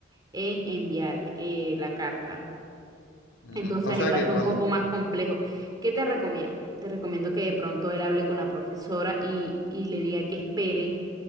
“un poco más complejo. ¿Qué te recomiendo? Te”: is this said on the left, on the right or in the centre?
Right